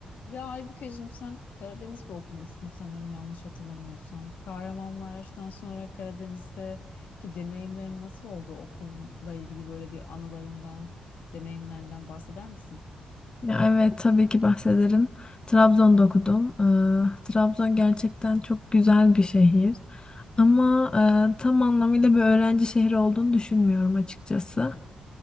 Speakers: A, on the left; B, on the left.
A: Ya Aybükeciğim sen Karadeniz'de okumuşsun sanırım yanlış hatırlamıyorsam. Kahramanmaraş'tan sonra Karadeniz'deki deneyimlerin nasıl oldu? Okulla ilgili böyle bir anılarından, deneyimlerinden bahseder misin?
B: Ya evet tabii ki bahsederim. Trabzon'da okudum. Ee, Trabzon gerçekten çok güzel bir şehir. Ama e, tam anlamıyla bir öğrenci şehri olduğunu düşünmüyorum açıkçası.